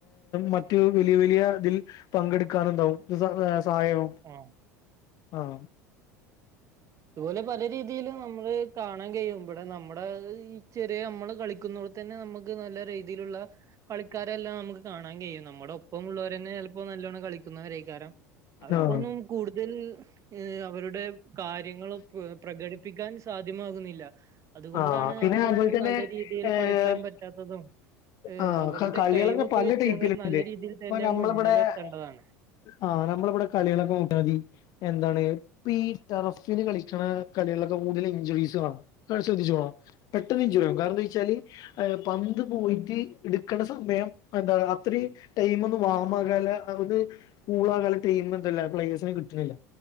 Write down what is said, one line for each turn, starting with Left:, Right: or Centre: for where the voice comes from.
Left: മറ്റ് വലിയ, വലിയ ഇതിൽ പങ്കെടുക്കാനും- സഹായം
Right: ആ
Left: ആകും
Right: അതുപോലെ പല രീതിൽ നമ്മള് കാണാൻ കഴിയും ഇവിടെ നമ്മുടെ- ചെറിയ നമ്മള് കളിക്കുന്നോണ്ട് തന്നെ നമുക്ക് നല്ല രീതിയിലുള്ള കളിക്കാരെല്ലാം- നമുക്ക് കാണാൻ കഴിയും നമ്മുടെ ഒപ്പം ഉുള്ളവരന്നെ ചിലപ്പോ നല്ലോണം കളിക്കുന്നവര കാരണം അവർക്കൊന്നും
Left: ആഹ്
Right: കൂടുതൽ അവരുടെ കാര്യ- പ്രകടിപ്പിക്കാൻ സാധ്യമാകുന്നില്ല അതുകൊണ്ടാണ്
Left: ആഹ പിന്നെ
Right: അവരൊന്നും
Left: അതുപോലെ തന്നെ
Right: നല്ല രീതിയിൽ
Left: ഏ
Right: കളിക്കാൻ
Left: -
Right: പറ്റാത്തതും
Left: ആഹ
Right: ഏഹ് അവരുടെ
Left: കളികള്
Right: കഴിവൊക്കെ
Left: തന്നെ പല
Right: വെച്ച്
Left: ടൈപ്പിലുണ്ട്
Right: അവർ നല്ല രീതിയിൽ
Left: ഇപ്പൊ
Right: തന്നെ
Left: നമ്മളിവിടെ-
Right: മുന്നിലെത്തേണ്ടതാണ്
Left: ആഹ് നമ്മള ഇവിടെ കളികളൊക്കെ മുട്ടാ മതി എന്താണ് ഇപ്പ ഈ ടെറഫിന് കളിക്കണ കളികളൊക്കെ കൂടുതൽ ഇഞ്ചുറീസ് വേണം ശ്രദ്ധിച്ചോണം പെട്ടന്ന്- കാരണം എന്താന് വെച്ചാല് പന്ത് പോയിട്ട്‌ എക്കണ്ട സമയം എന്ത അത്ര ടൈ ഒ വാ ആക അത് കൂക <unintelligible> ടൈം എന്താ പ്ലയേഴ്സിനെ കിട്ടുന്നില്ല